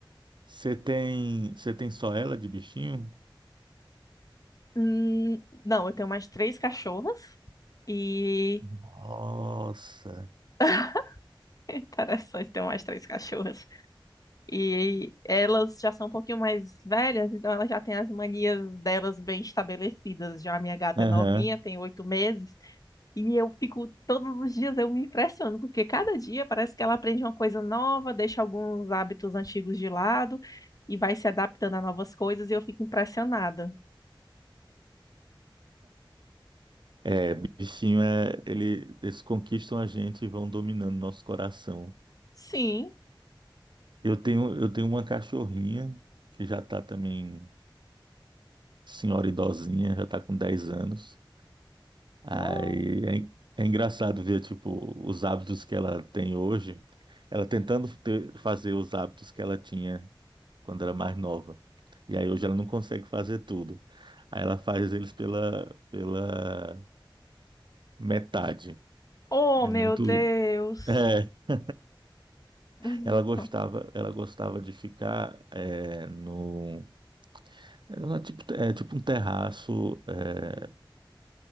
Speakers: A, on the right; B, on the left.
A: Você tem... Você tem só ela de bichinho?
B: Hum, não, eu tenho mais três cachorras e.
A: Nossa.
B: <laughs> Interessante, tenho mais três cachorras. E elas já são um pouquinho mais velhas, então elas já têm as manias delas bem estabelecidas. Já a minha gata
A: Aham.
B: é novinha, tem oito meses. E eu fico, todos os dias eu me impressiono, porque cada dia parece que ela aprende uma coisa nova, deixa alguns hábitos antigos de lado e vai se adaptando a novas coisas e eu fico impressionada.
A: É, bichinho é... Ele... Eles conquistam a gente e vão dominando nosso coração.
B: Sim.
A: Eu tenho... Eu tenho uma cachorrinha que já tá também... senhora idosinha, já tá com 10 anos. Aí
B: Oh,
A: é, en- é engraçado ver, tipo, os hábitos que ela tem hoje, ela tentando ter- fazer os hábitos que ela tinha quando era mais nova. E aí hoje ela não consegue fazer tudo. Aí ela faz eles pela, pela metade.
B: oh,
A: É
B: meu
A: muito.
B: Deus. <laughs>
A: <laughs> É,
B: Uhum.
A: ela gostava, ela gostava de ficar é, no. Era tipo, é tipo um terraço é,